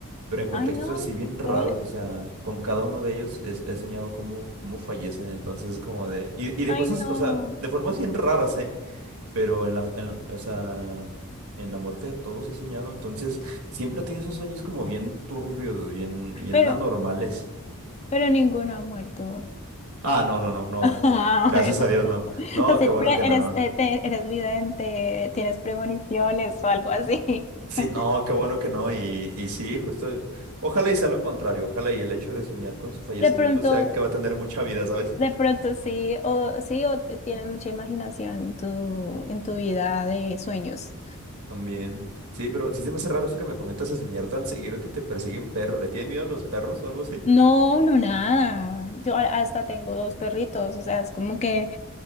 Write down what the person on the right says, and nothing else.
pero en contextos
así bien raros,
o sea, con cada uno de ellos es- he, soñado cómo, cómo fallecen, entonces como de, y, y de
cosas,
o sea, de formas bien raras, ¿eh? Pero en la, en la- o sea, en la muerte de todos he soñado, entonces siempre he tenido esos sueños como bien turbios, bien, bien
anormales.
Ah, no, no, no, no.
Gracias
a Dios, no.
No,
qué bueno
que no.
Sí,
no, qué bueno que no. Y, y sí, justo. Ojalá y sea lo contrario. Ojalá y el hecho de soñar con su fallecimiento
sea que va a tener mucha vida, ¿sabes?
También. Sí, pero sí se me hace raro eso que me comentas de soñar tan seguido que te persiguen perros. ¿Le tienen miedo a los perros o algo así?